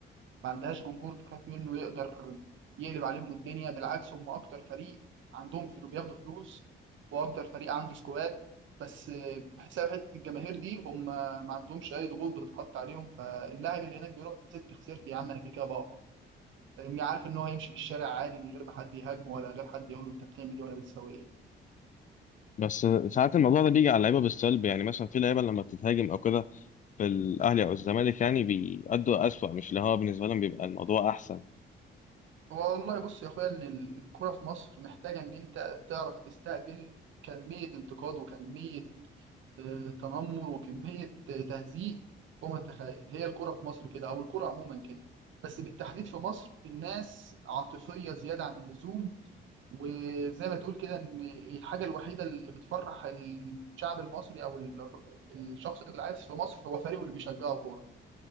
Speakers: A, on the right; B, on the left.
A: ما عندهاش جمهور تخاف منه يقدر يقلب عليهم الدنيا بالعكس هم اكتر فريق عندهم فلوس بياخدوا فلوس واكتر فريق عنده سكواد بس بحساب حته الجماهير دي هم ما عندهمش اي ضغوط بتتحط عليهم فاللاعب اللي هناك بيروح كسبت خسرت يا عم انا كده كده بقف فاهمني عارف ان هو هيمشي في الشارع عادي من غير ما حد يهاجمه ولا غير حد يقول له انت بتعمل ايه ولا بتسوي ايه
B: بس ساعات الموضوع ده بيجي على اللعيبه بالسلب يعني مثلا في لعيبه لما بتتهاجم او كده في الاهلي او الزمالك يعني بيأدوا اسوأ مش اللي هو بالنسبه لهم بيبقى الموضوع احسن
A: والله بص يا اخويا ان الكوره في مصر محتاجه ان انت تعرف تستقبل كميه انتقاد وكميه آه، تنمر وكميه آه، تهزيق فوق ما تتخيل هي الكوره في مصر كده او الكوره عموما كده بس بالتحديد في مصر الناس عاطفيه زياده عن اللزوم وزي ما تقول كده ان الحاجه الوحيده اللي بتفرح الشعب المصري او ال- الشخص اللي عايش في مصر هو فريقه اللي بيشجعه كوره